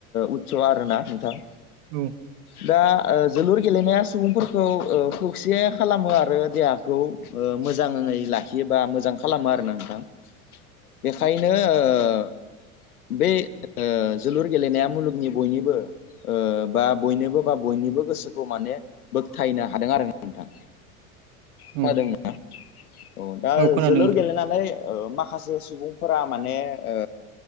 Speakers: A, on the left; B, on the right.
A: उत्स आरो ना नोंथां।
B: औ।
A: दा जोलुर गेलेनाया सुबुंफोरखौ खौसे खालामो आरो देहा बेखौ मोजाङै लाखियोबा मोजां खालामो आरोना नोंथां। बेखायनो ओ बे ओ जोलुर गेलेनाया मुलुगनि बयनिबो ओ बा बयनोबो बा बयनिबो गोसोखौ माने बोगथायनो हादों आरो नोंथां।
B: <inaudible>
A: खोनादों औ दा
B: औ खोनादों
A: जोलुर
B: नोंथां
A: गेलेनानै ओ माखासे सुबुंफोरा माने ओ